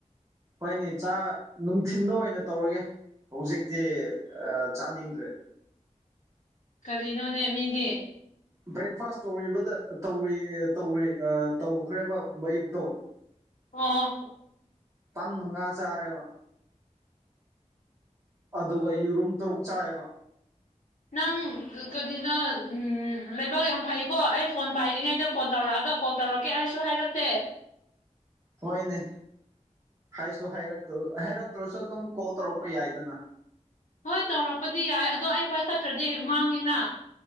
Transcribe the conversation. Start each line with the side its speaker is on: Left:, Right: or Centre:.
Right: ꯍꯣꯏꯅꯤ ꯆꯥ ꯅꯨꯡꯊꯤꯜꯗ ꯑꯣꯏꯅ ꯇꯧꯔꯒꯦ ꯍꯧꯖꯤꯛꯇꯤ ꯑ ꯆꯥꯅꯤꯡꯗ꯭ꯔꯦ꯫
Left: ꯀꯔꯤꯅꯣꯅꯦ ꯃꯤꯗꯤ
Right: ꯕ꯭ꯔꯦꯛꯐꯥꯁ ꯇꯧꯔꯤꯕꯗ ꯇꯧꯔꯤ ꯇꯧꯔꯤ ꯑ ꯇꯧꯈ꯭ꯔꯦꯕ ꯑꯌꯨꯛꯇꯣ꯫ <inaudible>
Left: ꯑꯣ
Right: ꯄꯟꯕ ꯉꯥ ꯆꯥꯔꯦꯕ ꯑꯗꯨꯒ ꯌꯦꯔꯨꯝ ꯇꯔꯨꯛ ꯆꯥꯏꯕ
Left: ꯅꯪ ꯀꯔꯤꯅ‌ꯣ ꯎꯝ ꯂꯩꯕꯥꯛ ꯌꯥꯝ ꯐꯩꯀꯣ ꯑꯩ ꯐꯣꯟ ꯄꯥꯏꯔꯤꯉꯩꯗ ꯐꯣꯟ ꯇꯧꯔꯛꯑꯒ ꯀꯣꯜ ꯇꯧꯔꯛꯀꯦ ꯍꯥꯏꯁꯨ ꯍꯥꯏꯔꯛꯇꯦ
Right: ꯍꯣꯏꯅꯦ ꯍꯥꯏꯁꯨ ꯍꯥꯏꯔꯛꯇ ꯍꯥꯏꯔꯛꯇ꯭ꯔꯁꯨ ꯑꯗꯨꯝ ꯀꯣꯜ ꯇꯧꯔꯛꯄ ꯌꯥꯏꯗꯅ
Left: ꯍꯣꯏ ꯇꯧꯔꯛꯄꯗꯤ ꯌꯥꯏ ꯑꯗꯣ ꯑꯩ ꯄꯥꯏꯈꯠꯇ꯭ꯔꯗꯤ ꯃꯥꯡꯉꯤꯅ